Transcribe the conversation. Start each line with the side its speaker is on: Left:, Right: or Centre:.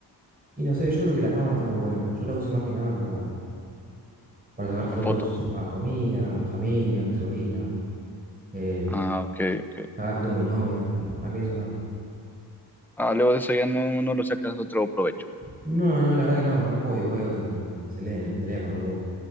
Right: Y no sé, yo creo que la cámara está muy buena. Yo la uso más que nada para, para sacar
Centre: para
Right: fotos
Centre: fotos.
Right: a comida, a mi familia, a mi sobrina, eh,
Centre: Ah, ok, ok.
Right: sacar fotos con mi novia, más que eso, nada.
Centre: Ah, luego de eso ya no, no lo sacas otro provecho.
Right: No, no, la verdad que no, no juego videojuegos en el, en el tele- en el teléfono tampoco.